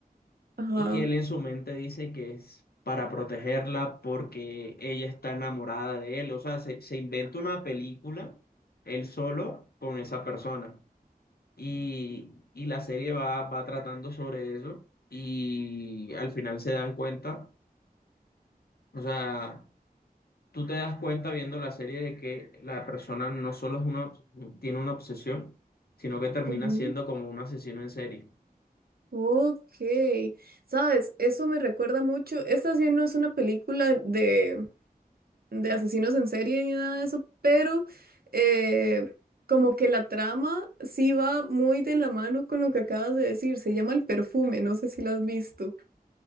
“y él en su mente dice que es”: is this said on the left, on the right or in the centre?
Left